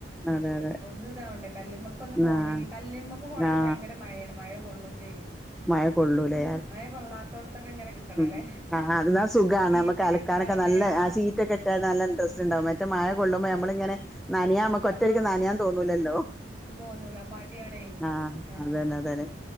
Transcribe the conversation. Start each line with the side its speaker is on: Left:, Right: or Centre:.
Centre: അതെ അതെ
Right: ഒന്ന് ഇതാവണ്ടെ കല്ലുമ്മക്ക് ഒന്ന് പോകണെങ്കി
Centre: ആഹ്
Right: കല്ലുമ്മക്ക് പോണെങ്കി
Centre: ആഹ്
Right: ഭയങ്കര മഴെയാണ് മഴ കൊളളും ചെയ്യും
Centre: മഴ കൊള്ളൂലേ
Right: മഴ കൊള്ളാത്തോടത്തൊക്കെ ഇങ്ങനെ കിട്ടണല്ലേ
Centre: ഉം ആഹ് ആഹ് അത് ന്നാ സുഖാണ്
Right: സീറ്റൊക്കെ
Centre: നമ്മക്കല
Right: ഇട്ട്കാണ്ട്
Centre: ക്കാനെക്കെ നല്ല
Right: ആഹ്
Centre: ആ സീറ്റക്കെ ഇട്ടക്കാണ്ട് നല്ല ഇൻട്രസ്റ്റ് ഉണ്ടാവും മറ്റേ മഴ കൊള്ളുമ്പോ നമ്മള്ങ്ങനെ നനയാ നമ്മക്ക് ഒറ്റയടിക്ക്
Right: ആഹ്
Centre: നനയാൻ തോന്നുലല്ലോ
Right: തോന്നൂല മടിയാണേ
Centre: ആഹ്
Right: ആഹ്
Centre: അതന്നെ അതന്നെ